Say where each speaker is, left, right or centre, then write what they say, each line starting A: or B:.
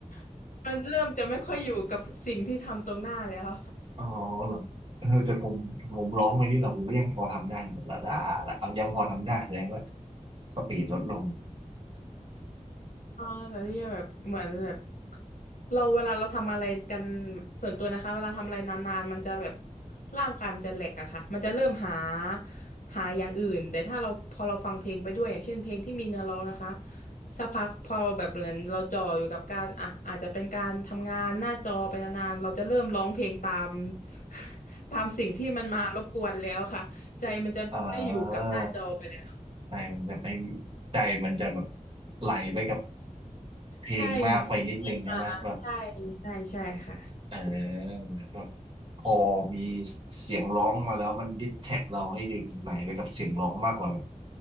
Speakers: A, on the left (about 75°); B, on the right (about 40°).
A: <laughs> มันเริ่มจะไม่ค่อยอยู่กับสิ่งที่ทำตรงหน้าแล้ว
B: อ๋อเหรอเออแต่ผมผมร้องไปนี่เราผมก็ยังพอทำได้อยู่ละละละเอายังพอทำได้แสดงว่าสปีดลดลง
A: อ่าแบบที่แบบเหมือนแบบเราเวลาเราทำอะไรกันส่วนตัวนะคะเวลาทำอะไรนานๆมันจะแบบร่างกายมันจะแหลกอะค่ะมันจะเริ่มหาหาอย่างอื่นแต่ถ้าเราพอเราฟังเพลงไปด้วยอย่างเช่นเพลงที่มีเนื้อร้องนะคะสักพักพอแบบเหมือนเราจ่ออยู่กับการอ่ะอาจจะเป็นการทำงานหน้าจอไปนานๆเราจะเริ่มร้องเพลงตาม <laughs> ตามสิ่งที่มันมารบกวนแล้วค่ะใจมันจะไม่อยู่กับหน้าจอไปแล้ว
B: <laughs> อ่าใจมันจะไปใจมันจะแบบไหลไปกับเพลงมากไปนิดนึงใช่ไหมแบบ
A: ใช่สิ่งที่มาใช่ใช่ใช่ค่ะ
B: เออเหมือนแบบพอมีเสียงร้องมาแล้วมันดิสแท็กเราให้ดึงไหลไปกับเสียงร้องมากกว่าแบบ